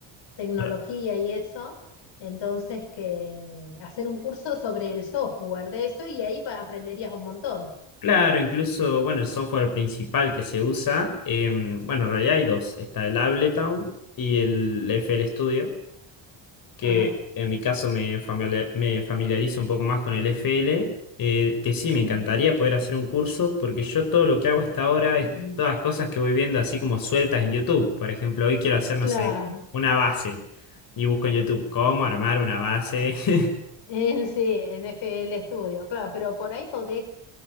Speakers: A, on the left (about 65°); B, on the left (about 50°).
A: tecnología
B: <laughs>
A: y eso. Entonces, que hacer un curso sobre el software de eso y ahí pa- aprenderías un montón.
B: Claro, incluso, bueno, el software principal que se usa, em, bueno, en realidad hay dos, está el Ableton y el FL Studio. que
A: Ajá,
B: en mi caso me, familia- me familiarizo un poco más con el FL, eh, que sí, me encantaría
A: sí.
B: poder hacer un curso, porque yo todo lo que hago hasta ahora es
A: <clears throat>
B: todas las cosas que voy viendo así como sueltas en YouTube. Por ejemplo, hoy quiero hacer, no
A: Claro.
B: sé, una base y busco en YouTube cómo armar una base. <laughs>
A: En sí, en FL Studio, claro, pero por ahí podés,